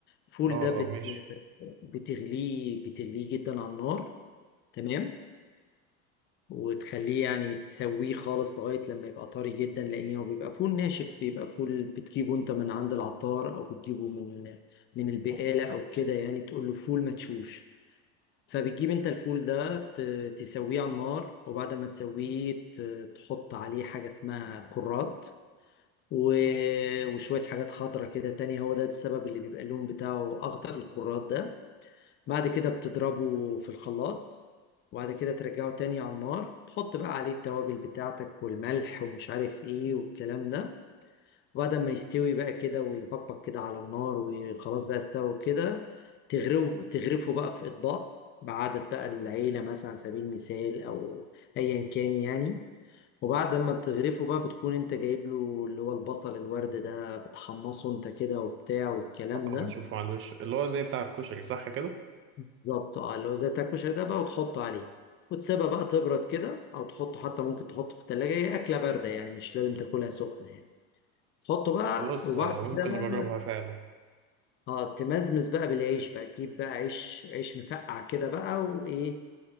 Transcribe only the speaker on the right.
اه
اه ماشي
اه
بشوفه على الوش اللي هو زي بتاع الكشري صح كده
خلاص
آه،
ممكن
اجربها فعلا